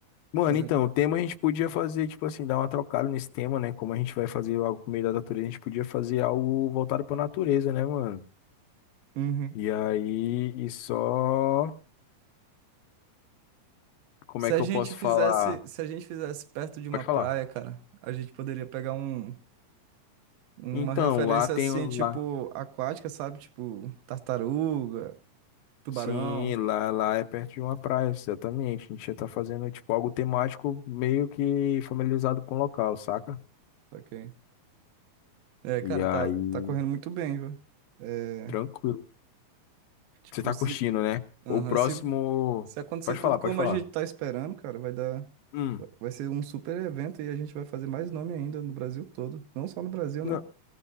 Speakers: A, on the left; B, on the right.
A: Mano,
B: fazer
A: então,
B: um...
A: o tema a gente podia fazer, tipo assim, dar uma trocada nesse tema, né? Como a gente vai fazer algo por meio da natureza, a gente podia fazer algo voltado pra natureza, né, mano?
B: Uhum.
A: E aí, e só. Como
B: Se
A: é que
B: a
A: eu
B: gente
A: posso
B: fizesse,
A: falar?
B: se a gente fizesse perto de uma
A: Pode
B: praia,
A: falar.
B: cara, a gente poderia pegar um, uma
A: Então,
B: referência
A: lá tem
B: assim,
A: um,
B: tipo,
A: lá.
B: aquática, sabe? Tipo, tartaruga, tubarão,
A: Sim, lá, lá é perto de uma praia, exatamente. A gente já tá fazendo tipo algo temático meio que familiarizado com o local, saca?
B: ok? É, cara,
A: E aí,
B: tá, tá correndo muito bem, viu? É,
A: tranquilo.
B: tipo,
A: Você tá
B: se,
A: curtindo, né?
B: Aham,
A: O próximo.
B: se, se acontecer
A: Pode
B: tudo
A: falar,
B: como
A: pode falar.
B: a gente tá esperando, cara, vai dar.
A: Hum.
B: Vai ser um super evento e a gente vai fazer mais nome ainda no Brasil todo. Não só no Brasil,
A: Não,
B: né?